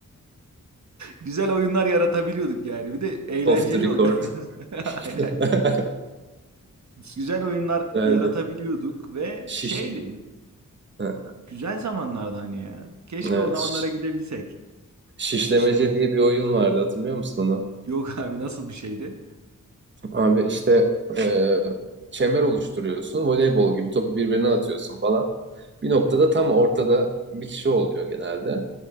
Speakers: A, on the right; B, on the right.
A: güzel oyunlar yaratabiliyorduk yani. Bir de eğlenceli
B: Off the record.
A: oluyor. <laughs> Aynen.
B: <laughs>
A: Güzel oyunlar
B: Güzeldi.
A: yaratabiliyorduk ve
B: Şiş.
A: Şiş- şeydi.
B: Ha,
A: Güzel zamanlardı hani ya. Keşke
B: evet.
A: o Evet. zamanlara
B: şiş-
A: gidebilsek.
B: Şişlemece
A: Şişlemece
B: diye
A: diye
B: bir oyun
A: bir oyun
B: vardı.
A: var.
B: Hatırlıyor musun onu?
A: Yok abi nasıl bir şeydi?
B: Abi işte e, çember oluşturuyorsun. Voleybol gibi topu birbirine atıyorsun falan. Bir noktada tam ortada bir kişi oluyor genelde.